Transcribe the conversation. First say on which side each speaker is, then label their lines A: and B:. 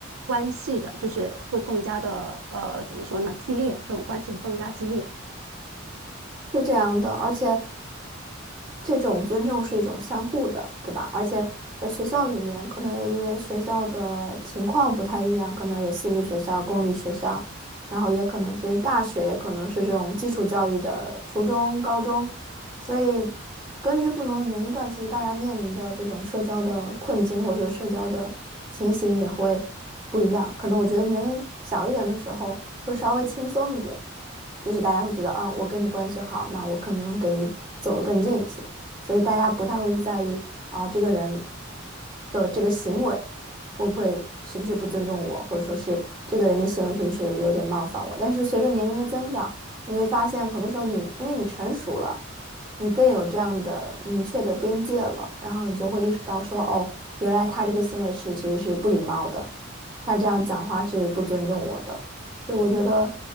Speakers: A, on the right (about 80°); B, on the right (about 20°).
A: 关系的，就是会更加的呃怎么说呢，激烈，这种关系会更加激烈。
B: 是这样的。而且，这种尊重是一种相互的，对吧？而且在学校里面，可能也因为学校的情况不太一样，可能有私立学校、公立学校，然后也可能是大学，也可能是这种基础教育的初中、高中，所以根据不同的年龄段，其实大家面临的这种社交的困境或者说社交的情形也会不一样。可能我觉得年龄小一点的时候。会稍微轻松一点，就是大家会觉得，啊，我跟你关系好，那我可能给你走得更近一些，所以大家不太会去在意啊，这个人的这个行为会不会是不是不尊重我，或者说是这个人的行为是不是有点冒犯我。但是随着年龄的增长，你会发现很多时候你因为你成熟了。你更有这样的明确的边界了，然后你就会意识到说，哦，原来他这个行为是其实是不礼貌的，他这样讲话是不尊重我的。所以我觉得